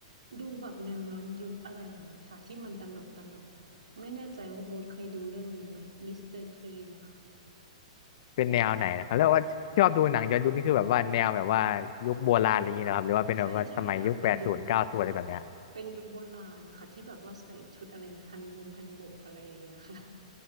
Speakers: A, on the right; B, on the left.
A: ดูแบบแนวย้อนยุคอะไรอย่างเงี้ยค่ะที่มันตลกตลกอะไม่แน่ใจว่าโบ๊ทเคยดูเรื่องนี้ไหมมิสเตอร์คลีนนะคะ
B: เป็นแนวไหนนะครับแล้วว่าชอบดูหนังย้อนยุคนี่คือแบบว่าแนวแบบว่ายุคโบราณอะไรอย่างเงี้ยนะครับหรือว่าเป็นแบบว่าสมัยยุคแปดศูนย์เก้าศูนย์อะไรแบบเนี้ย
A: ใช่ใช่ค่ะ เป็นยุคเป็นยุคโบราณค่ะที่แบบว่าใส่ชุดอะไรนะฮันบงฮันบกอะไรอย่างเงี้ยค่ะ